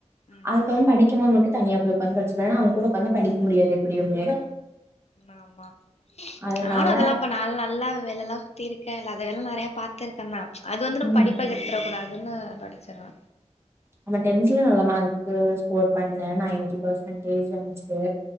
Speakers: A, on the left; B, on the right.
A: ம்
B: அதுக்கப்றோ படிக்கு போது மட்டு தனியா போய் ஒக்காந்து படிச்சிப்ப ஏனா அவுங் கூட ஒக்காந்தா படிக் முடியாது எப்படியுமே
A: ஆமா
B: அதனால
A: நானு அதெல்லா பண்ண நா நல்லா வேல எல்லா திருக்கே இல்லாத வேல நெறைய பாத்துருக்கே தா அது வந்து நம்ம
B: ம்
A: படிப்ப கெடுத்துர கூடாதுன்னு படிச்சிருவே
B: நம்ம டென்த்லே நல்ல மார்க்கு ஸ்கோர் பண்ணே நைன்டி பர்சன்டேஜ் வந்துச்சி